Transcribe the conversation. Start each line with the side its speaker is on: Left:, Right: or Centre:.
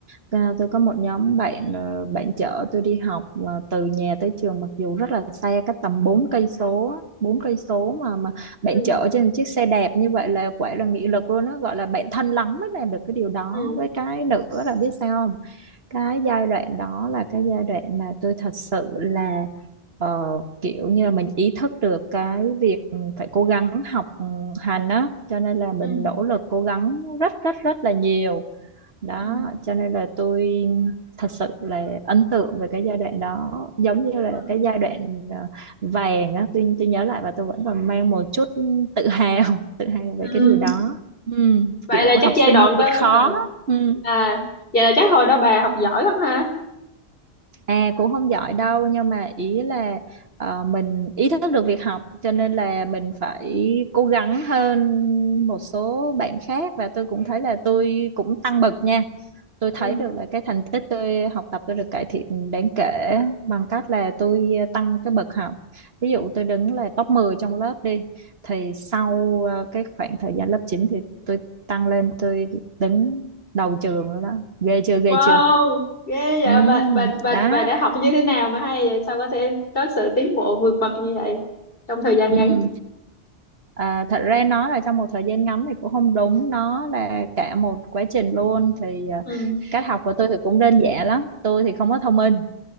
Right: à, tôi có một nhóm bạn ờ, bạn chở tôi đi học mà từ nhà tới trường mặc dù rất là xa cách tầm 4 cây số á, bốn cây số mà mà bạn
Left: ừ
Right: chở trên một chiếc xe đẹp như vậy là quả là nghị lực luôn đó gọi là bạn thân lắm mới làm được cái điều đó
Left: ừ
Right: với cái nữa là biết sao không cái giai đoạn đó là cái giai đoạn mà tôi thật sự là ờ, kiểu như là mình ý thức được cái việc ừ, phải cố gắng học hành á cho nên là mình
Left: ừ
Right: nỗ lực cố gắng rất rất rất là nhiều đó
Left: ừ
Right: cho nên là tôi thật sự là ấn tượng về cái giai đoạn đó giống như là
Left: ừ
Right: cái giai đoạn ờ, vàng á tôi tôi nhớ lại và tôi vẫn còn mang một chút tự hào <laughs> tự hào về
Left: ừ.
Right: cái điều đó ừ,
Left: vậy
Right: kiểu
Left: là chắc
Right: học
Left: giai
Right: sinh
Left: đoạn đó
Right: vượt khó
Left: ừ
Right: ừ.
Left: à vậy là chắc hồi đó bà học giỏi lắm ha
Right: À cũng không giỏi đâu nhưng mà ý là ờ, mình ý thức được việc học cho nên là mình phải cố gắng hơn một số bạn khác và tôi cũng thấy là tôi cũng tăng bậc nha. Tôi thấy
Left: ừ
Right: được là cái thành tích tôi học tập tôi được cải thiện đáng kể bằng cách là tôi tăng cái bậc học. Ví dụ tôi đứng là top 10 trong lớp đi thì sau ờ, cái khoảng thời gian lớp 9 thì tôi tăng lên tôi đứng đầu trường rồi đó. Ghê chưa ghê
Left: Wow,
Right: chưa?
Left: ghê vậy
Right: Ừ,
Left: bà bà bà
Right: đó.
Left: bà đã học như thế nào mà hay vậy? Sao có thể có sự tiến bộ vượt bậc như vậy trong thời gian
Right: Ừ.
Left: ngắn?
Right: À, thật ra nói là trong một thời gian ngắn thì cũng không đúng nó là cả một quá trình luôn thì à,
Left: Ừ
Right: cách học của tôi thì cũng đơn giản lắm tôi thì không có thông minh